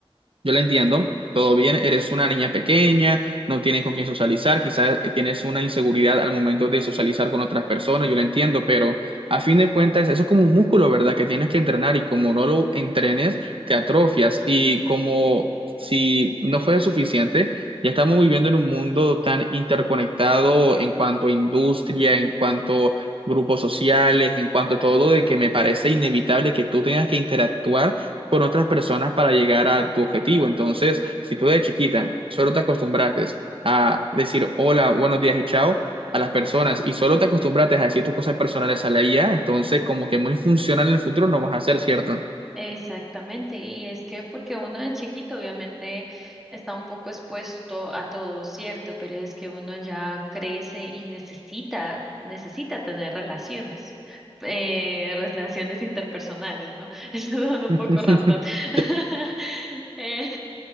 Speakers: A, on the right; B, in the centre.
A: Yo la entiendo, todo bien, eres una niña pequeña, no tienes con quién socializar, quizás eh, tienes una inseguridad al momento de socializar con otras personas, yo lo entiendo, pero a fin de cuentas eso es como un músculo, ¿verdad? Que tienes que entrenar y como no lo entrenes, te atrofias y como si no fuera suficiente, ya estamos viviendo en un mundo tan interconectado en cuanto a industria, en cuanto... a grupos sociales, en cuanto a todo, de que me parece inevitable que tú tengas que interactuar con otras personas para llegar a tu objetivo. Entonces, si tú de chiquita solo te acostumbraste a decir hola, buenos días y chao a las personas y solo te acostumbraste a decir tus cosas personales a la IA, entonces como que muy funcional en el futuro no vas a ser, ¿cierto?
B: Exactamente, y es que porque uno de chiquito obviamente está un poco expuesto a todo, ¿cierto? Pero es que uno ya crece y necesita, necesita tener relaciones, eh, relaciones interpersonales, ¿no? <laughs> Eso suena un
A: <laughs>
B: poco random. <laughs> Eh,